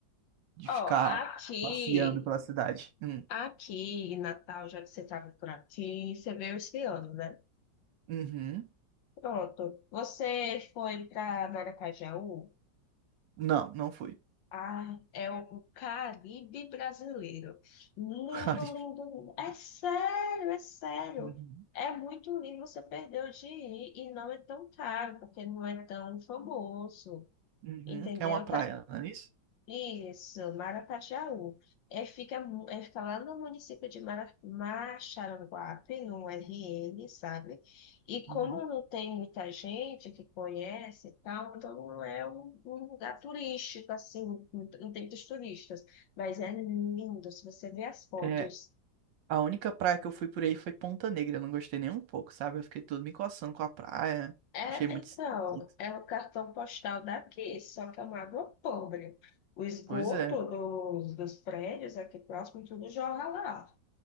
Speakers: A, on the right (about 75°); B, on the left (about 80°).
A: de
B: Ó,
A: ficar
B: aqui,
A: passeando pela cidade? Hum.
B: aqui em Natal, já que você estava por aqui, você veio esse ano, né?
A: Uhum.
B: Pronto. Você foi para Maracajaú?
A: Não, não fui.
B: Ah, é o o Caribe brasileiro. Lindo,
A: <laughs> Caribe.
B: lindo, lindo. É sério, é sério.
A: Uhum.
B: É muito lindo, você perdeu de ir e não é tão caro, porque não é tão famoso.
A: Uhum.
B: Entendeu?
A: É uma praia,
B: Tá
A: não é isso?
B: Isso, Maracajá É, fica, mu- é, fica lá no município de Mara- Maxaranguape, no RN, sabe? E como
A: Uhum.
B: não tem muita gente que conhece e tal, então não é um, um lugar turístico, assim, não tem não tem muitos turistas. Mas é lindo, se você ver as fotos.
A: É, a única praia que eu fui por aí foi Ponta Negra. Eu não gostei nem um pouco, sabe? Eu fiquei todo me coçando com a praia.
B: É,
A: Achei muito
B: então,
A: esquisito.
B: é o cartão postal daqui, só que é uma água pobre. O esgoto
A: Pois é.
B: dos, dos prédios aqui próximo, tudo jorra lá